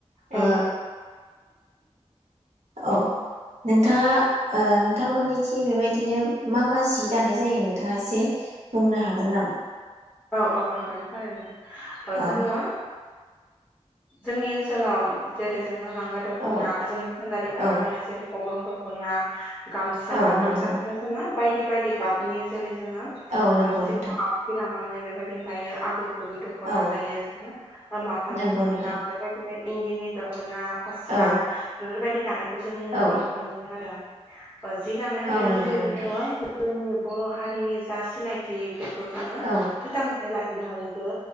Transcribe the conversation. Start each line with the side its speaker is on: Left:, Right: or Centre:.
Centre: औ
Right: आ औ नोंथाङा नोंथांमोननिथिम बेबायदिनो मा मा जि दानाय जायो नोंथाङा एसे बुंनो हागोन नामा
Centre: औ औ हागोन थारैनो
Right: औ
Centre: जोङो जोंनि ओनसोलाव जेरै जोङो लांगा दख'ना
Right: औ
Centre: जोंनि सानजारिफोरा
Right: औ
Centre: गाननाय जेरै अग्रं दखना गामसा
Right: औ
Centre: गामसाखौनो
Right: नंगौ
Centre: जोङो बायदि बायदि गाबनिनो जेरै
Right: औ नंगौ
Centre: <unintelligible>
Right: नोंथां
Centre: नानै बेबायदिनो दायो आगुर गुबै दख'ना
Right: औ
Centre: दायो जोङो ओ माथानि
Right: नंगौ
Centre: दख'ना
Right: नोंथां
Centre: बेबायदिनो इन्दिनि दखना फास्रा
Right: औ
Centre: बेफोर बायदि दानाय खौ जोंनि ओनसोलाव
Right: औ
Centre: नुनो मोनो आरो। ओ जि दानायनि
Right: औ नंगौ
Centre: जोहैबो
Right: नोंथां
Centre: जोङो जोंनि बर' हारिनि जा सिनायथि बेखौ जोङो
Right: औ
Centre: फोथांनानै लाखिनो हायो जे